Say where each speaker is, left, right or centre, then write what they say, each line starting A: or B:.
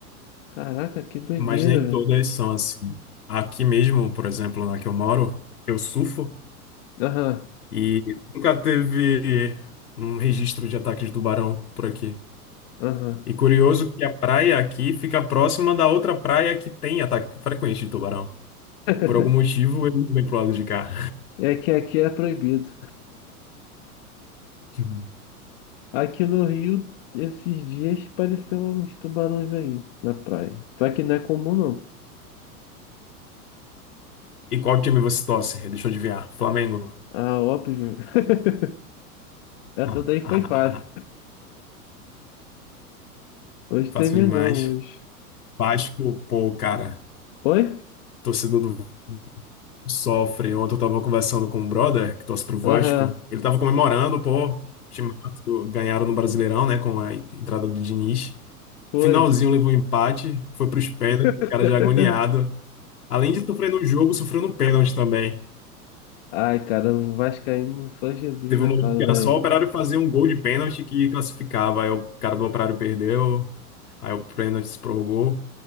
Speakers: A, on the left; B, on the left.
A: Caraca, que doideira,
B: mas nem todas
A: velho.
B: são assim. Aqui mesmo, por exemplo, na que eu moro, eu surfo.
A: Aham,
B: E nunca teve um registro de ataque de tubarão por aqui.
A: aham.
B: E curioso que a praia aqui fica próxima da outra praia que tem ataque frequente de tubarão.
A: <laughs>
B: Por algum motivo, ele vem pro lado de cá.
A: É que aqui é proibido.
B: <laughs>
A: Aqui no Rio, esses dias apareceu uns tubarões aí na praia. Só que não é comum, não.
B: E qual time você torce? Deixa eu adivinhar. Flamengo.
A: Ah, óbvio. <laughs> Essa
B: <laughs>
A: daí foi
B: Ah,
A: fácil. Hoje
B: Fácil
A: tem Mengão,
B: demais.
A: hoje.
B: Vasco, pô, cara,
A: Oi?
B: torcedor do Vasco sofre. Ontem eu tava conversando com um brother que torce pro Vasco.
A: Aham.
B: Ele tava comemorando, pô, o time ganharam no Brasileirão, né, com a entrada do Diniz.
A: Foi.
B: Finalzinho levou um empate, foi para os pênaltis,
A: <laughs>
B: o cara já agoniado. Além de sofrer no jogo, sofreu no pênalti também.
A: Ai, cara, o Vascaíno só Jesus
B: Teve
A: na
B: um momento
A: causa,
B: que era
A: velho.
B: só o Operário fazer um gol de pênalti que classificava. Aí o cara do Operário perdeu, aí o pênalti se prorrogou.